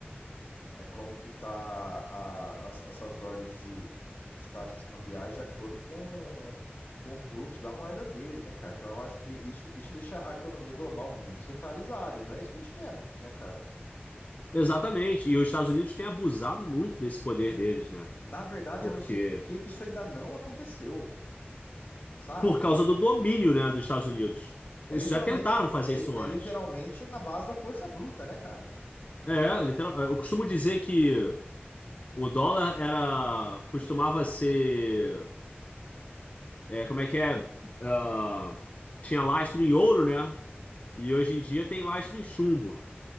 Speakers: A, on the left; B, on the left.
A: é como que tá a- as- essas ordens de, de taxas cambiais de acordo com, com o fluxo da moeda deles, né, cara? Então eu acho que isso, isso deixa a economia global muito centralizada, e não é isso que a gente quer, né, cara?
B: Exatamente. E os Estados Unidos têm abusado muito desse poder deles, né?
A: Na verdade,
B: Porque.
A: eu não sei por que que isso ainda não aconteceu, sabe?
B: Por causa
A: Porque
B: do domínio, né, dos Estados Unidos.
A: é
B: Eles
A: literalmente,
B: já tentaram fazer
A: é, li-
B: isso
A: é
B: antes.
A: literalmente na base da força bruta, né, cara?
B: É, literal... eu costumo dizer que o dólar era. costumava ser. é, como é que é? Ah, tinha lastro em ouro, né? E hoje em dia tem lastro em chumbo.